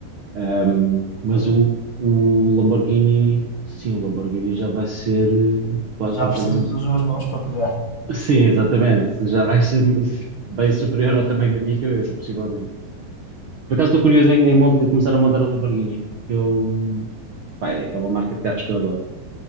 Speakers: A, on the right; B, on the left.
A: Ahm,
B: Ok.
A: mas o, o Lamborghini. Sim, o Lamborghini já vai ser eh, quase
B: Já
A: do
B: precisas
A: tamanho.
B: das duas mãos para pegar.
A: Sim, exatamente. Já vai ser <laughs> bem superior ao tamanho da minha cabeça, possivelmente. Por acaso estou curioso em, em mont- em começar a montar a Lamborghini. Eu, pá, é uma marca de carros que eu adoro.